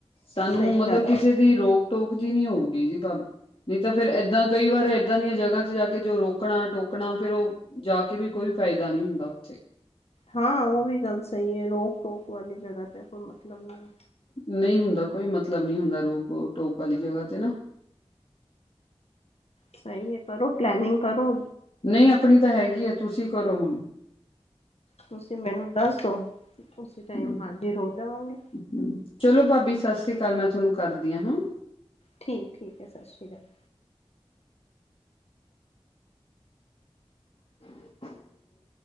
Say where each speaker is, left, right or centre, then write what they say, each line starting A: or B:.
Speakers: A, on the left; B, on the left.
A: ਸਾਨੂੰ
B: ਸਹੀ
A: ਮਤਲਬ
B: ਗੱਲ
A: ਕਿਸੇ
B: ਹੈ
A: ਦੀ ਰੋਕ ਟੋਕ ਜੀ ਨੀ ਹੋਊਗੀ ਜੀ ਭਾਬੀ ਤੇ ਫੇਰ ਏਦਾਂ ਕਈ ਵਾਰ ਏਦਾਂ ਦੀਆਂ ਜਗ੍ਹਾ ਚ ਜਾ ਕੇ ਜੋ ਰੋਕਣਾ ਟੋਕਣਾ ਫੇਰ ਓ ਜਾ ਕੇ ਵੀ ਕੋਈ ਫਾਇਦਾ ਨੀ ਹੁੰਦਾ ਓਥੇ।
B: ਹਾਂ, ਓ ਵੀ ਗੱਲ ਸਈ ਐ ਰੋਕ ਟੋਕ ਵਾਲੀ ਜਗਾ ਤੇ ਕੋਈ ਮਤਲਬ ਨਈ।
A: ਨਈ ਹੁੰਦਾ ਕੋਈ ਮਤਲਬ ਨੀ ਹੁੰਦਾ ਰੋਕ- ਟੋਕ ਵਾਲੀ ਜਗ੍ਹਾ ਤੇ ਨਾ।
B: ਸਈ ਐ ਕਰੋ ਪਲੈਨਿੰਗ ਕਰੋ।
A: ਨਈ ਆਪਣੀ ਤਾ ਹੈਗੀ ਆ ਤੁਸੀ ਕਰੋ ਹੁਣ।
B: ਤੁਸੀ ਮੈਨੂੰ ਦੱਸ ਦੋ ਉਸੀ ਟਾਈਮ
A: ਹਮ
B: ਹਾਂਜੀ ਰੋਜ ਜਾਵਾਂਗੇ।
A: ਹਮ ਚਲੋ ਭਾਬੀ ਸਾਸ੍ਰੀਕਾਲ ਮੈਂ ਥਾਨੂੰ ਕਰਦੀ ਆਂ, ਹੁੰ।
B: ਠੀਕ, ਠੀਕ ਐ ਸਾਸ਼੍ਰੀਕਾਲ।
A: <inaudible>